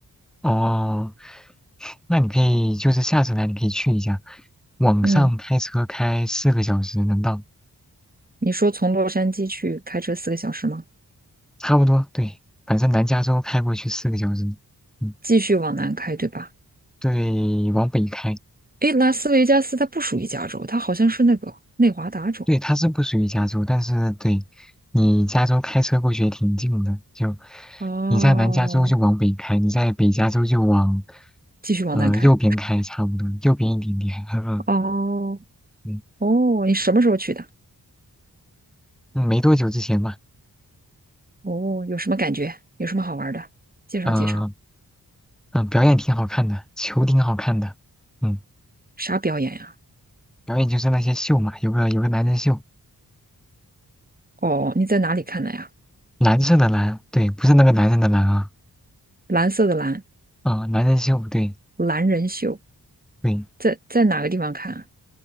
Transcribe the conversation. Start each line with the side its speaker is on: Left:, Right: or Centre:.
Centre: 哦，那你可以就是下次来，你可以去一下，往上开车开四个小时能到，
Right: 嗯，你说从洛杉矶去开车四个小时吗？
Centre: 差不多，对，反正南加州开过去四个小时，嗯，
Right: 继续往南开，对吧？
Centre: 对，往北开，
Right: 哎，拉斯维加斯它不属于加州，它好像是那个内华达州。
Centre: 对，它是不属于加州，但是对你加州开车过去也挺近的，就
Right: 哦，
Centre: 你在南加州就往北开，你在北加州就往
Right: 继续往南开。
Centre: 呃右边开，差不多右边一点点。<laughs> 嗯
Right: 哦
Centre: 嗯，
Right: 哦，你什么时候去的？
Centre: 嗯没多久之前吧，
Right: 哦，有什么感觉？有什么好玩的？介绍介绍。
Centre: 嗯嗯，表演挺好看的，球挺好看的，嗯，
Right: 啥表演呀？
Centre: 表演就是那些秀嘛，有个有个男人秀，
Right: 哦，你在哪里看的呀？
Centre: 蓝色的蓝，对，不是那个男人的蓝啊，
Right: 蓝色的蓝，
Centre: 啊、男人秀，对
Right: 蓝人秀，
Centre: 对，
Right: 在在哪个地方看啊？